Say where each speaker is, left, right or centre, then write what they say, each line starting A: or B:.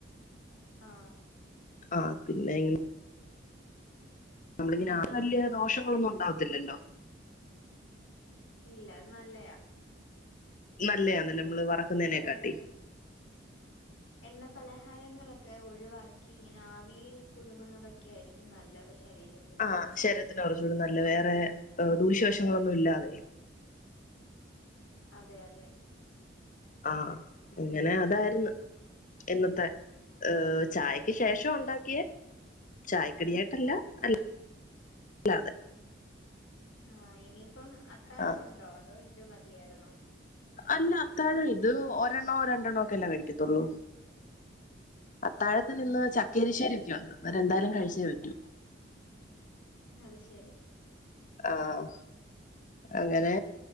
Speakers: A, on the left; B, on the left.
A: ആ
B: ആ പിന്നെ ഇങ്ങ നമ്മള്
A: അങ്ങനെ ഇന്ന്
B: പിന്നെ <inaudible> ദോഷങ്ങളൊന്നും ഉണ്ടാവത്തില്ലല്ലോ.
A: ഇല്ല അത് നല്ലയാ.
B: നല്ലയാന്നല്ലോ നമ്മള് വറക്കുന്നേനെക്കാട്ടി.
A: വേറെ എണ്ണ പലഹാരങ്ങളൊക്കെ ഒഴിവാക്കി ഇങ്ങനെ ആവിയിൽ പുഴുങ്ങുന്നതൊക്കെയായിരിക്കും നല്ലത്. ശരീരത്തിന്
B: ആ ശരീരത്തിന് കുറച്ചൂടി നല്ലെ വേറെ ദൂശ്യവശങ്ങളൊന്നും ഇല്ലാതെ.
A: അതെ അതെ.
B: ആ ഇന്നലെ അതാരുന്ന്. എന്നത്തെ ഏ ചായക്ക് ശേഷം ഒണ്ടാ കിയ് ചായ കടിയാ അല്ല അൽ അല്ലാതെ.
A: ആ ഇനിമ് ഇപ്പം അത്താഴം
B: ആഹ്
A: ഉണ്ടോ അതോ ഇതുമതിയാരുന്നു.
B: അല്ല അത്താഴം ഇത് ഒരെണ്ണോ രണ്ടെണ്ണോ ഒക്കെ അല്ലേ കഴിക്കത്തുള്ളൂ. അത്താഴത്തിന് ഇന്ന്
A: ആഹ്
B: ചക്കരിശ്ശേരിയെക്കെ ഉണ്ട്. വേറെന്തായാലും കഴിച്ചേ പറ്റൂ.
A: അത് ശരി.
B: ആഹ്. അങ്ങനെ